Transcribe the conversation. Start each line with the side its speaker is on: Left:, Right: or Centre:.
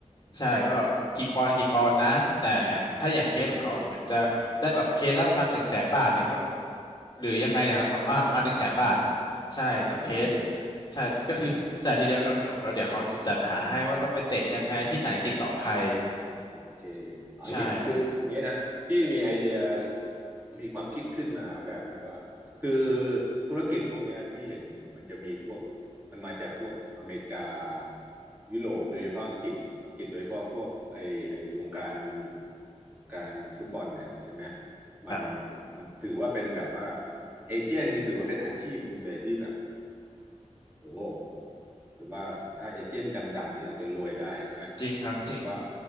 Left: ใช่ว่าแบบกี่ปอนด์กี่ปอนด์นะ
Right: อืม
Left: แต่ถ้าอย่างเคสของเขาเหมือนจะได้แบบเคสละประมาณหนึ่งแสนบาทหรือว่า
Right: โอเค
Left: หรือยังไงเนะครับประมาณอ่าประมาณหนึ่งแสนบาท
Right: อืมอืมอืมอืม
Left: ใช่ต่อเคส
Right: อ๋อเป็นเคส
Left: ใช่ก็คือจ่ายทีเดียวแล้วจบแล้วเดี๋ยวเขาจะจัดหาให้ว่าต้องไปเตะยังไงที่ไหนติดต่อใคร
Right: อ๋อโอเคเอางี้คืออย่างงี้นะพี่มีไอเดีย
Left: ใช่
Right: มีความคิดขึ้นมาแวบหนึ่งว่าคือธุรกิจพวกเนี้ยพี่เห็นมันจะมีพวกมันมาจากพวกอเมริกายุโรปโดยเฉพาะอังกฤษอังกฤษโดยเฉพาะพวกไอไอวงการวงการฟุตบอลเนี่ยใช่ไหมมัน
Left: ครับ
Right: มันถือว่าเป็นแบบว่าเอเจนต์นี่ถือว่าเป็นอาชีพหนึ่งเลยที่แบบโอ้ แต่ว่าถ้าเอเจนต์ดังๆเนี่ยอาจจะรวยได้ใช่ไหม
Left: จริงครับจริง
Right: เพราะว่า